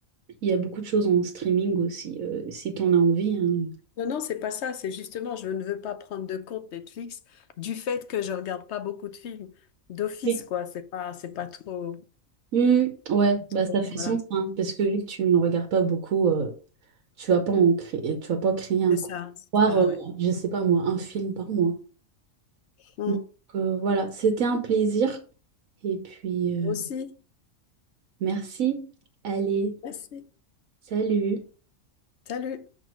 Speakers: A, on the right (about 85°); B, on the left (about 60°).
A: Il y a beaucoup de choses en streaming aussi, euh, si tu en as envie. hein.
B: Non, non, c'est pas ça. C'est justement, je ne veux pas prendre de compte Netflix du fait que je regarde pas beaucoup de films d'office,
A: Oui.
B: quoi. C'est pas, c'est pas trop,
A: Hmm, ouais,
B: pas trop.
A: bah ça fait
B: Voilà.
A: sens, hein, parce que vu que tu ne regardes pas beaucoup, euh, Tu vas pas en créer, tu vas pas créer un
B: C'est ça,
A: compte,
B: c'est
A: voir,
B: ça,
A: euh,
B: ouais.
A: je sais pas moi, un film par mois.
B: Mmh.
A: Donc euh, voilà, c'était un plaisir. Et puis,
B: Moi
A: euh,
B: aussi.
A: merci. Allez,
B: Merci.
A: salut.
B: Salut.